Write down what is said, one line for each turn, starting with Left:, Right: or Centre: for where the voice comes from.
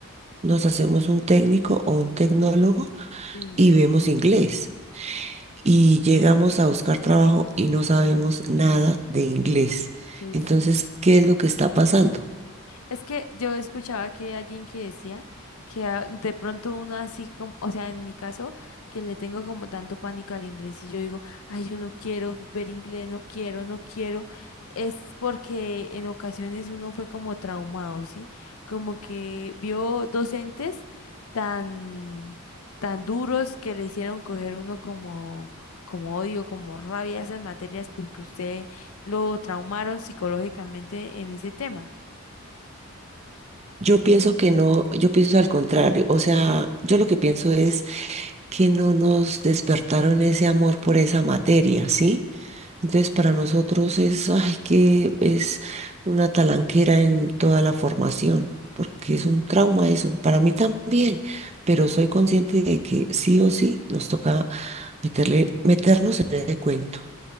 Right: nos hacemos un técnico o un tecnólogo
Left: inglés.
Right: y vemos inglés. y llegamos a buscar trabajo y no sabemos nada de inglés.
Left: ¿Qué
Right: Entonces,
Left: hicimos?
Right: ¿qué es lo que está pasando?
Left: Es que yo escuchaba que hay alguien que decía que ah, de pronto uno así como, o sea, en mi caso, que le tengo como tanto pánico al inglés y yo digo, ay, yo no quiero ver inglés, no quiero, no quiero, es porque en ocasiones uno fue como traumado, ¿sí? Como que vio docentes tan, tan duros que le hicieron coger uno como... como odio, como rabia a esas materias porque usted lo traumaron psicológicamente en ese tema.
Right: Yo pienso que no, yo pienso al contrario, o sea, yo lo que pienso es que no nos despertaron ese amor por esa materia, ¿sí? Entonces, para nosotros es, ay, que es una talanquera en toda la formación, porque es un trauma eso, para mí también, pero soy consciente de que sí o sí nos toca meterle, meternos en ese cuento.